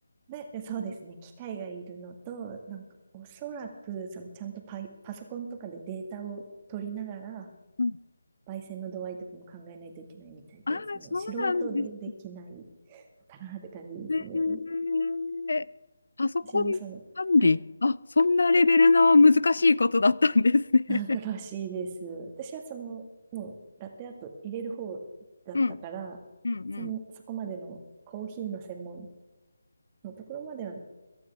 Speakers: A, on the right; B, on the left.
A: で、そうですね。機械がいるのと、なんかおそらく、そのちゃんとパイ、パソコンとかでデータを取りながら、
B: うん。
A: 焙煎の度合いとかも考えないといけないみたいで、
B: ああ、
A: その素人でできないの
B: そうなんです
A: かなって感じですね。
B: ね。えーパソコン管理。
A: 私もその、はい
B: あ、そんなレベルの難しいことだったんですね。
A: なんからしいです。私はその、もうラテアート入れる方だったから、
B: <laughs> うん、うん、
A: そん、
B: うん。
A: そこまでのコーヒーの専門のところまでは